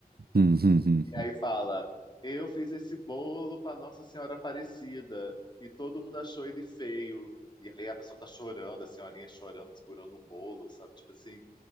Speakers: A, on the right; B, on the left.
A: Hum, hum, hum,
B: E
A: hum.
B: aí fala: Eu fiz esse bolo para Nossa Senhora Aparecida e todo mundo achou ele feio. E aí a pessoa tá chorando, a senhorinha chorando, segurando um bolo, sabe? Tipo assim,